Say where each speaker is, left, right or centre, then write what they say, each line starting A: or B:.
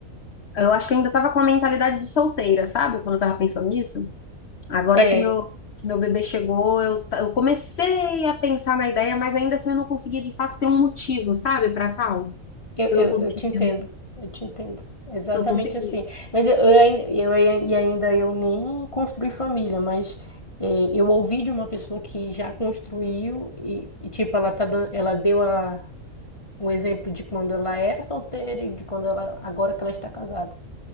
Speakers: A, on the left; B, on the left.
A: Eu acho que eu ainda tava com a mentalidade de solteira, sabe? Quando eu tava pensando nisso. Agora
B: É,
A: que meu, que meu bebê chegou, eu, ta- eu comecei a pensar na ideia, mas ainda assim eu não conseguia de fato ter um motivo, sabe, para tal.
B: eu, eu,
A: Eu não conseguia,
B: eu te entendo, eu te entendo. Exatamente
A: não conseguia.
B: assim. Mas eu, eu, ainda, eu ai- e ainda eu nem construí família, mas é, eu ouvi de uma pessoa que já construiu e, e, tipo, ela tá dando, ela deu a, o exemplo de quando ela era solteira e de quando ela, agora que ela está casada.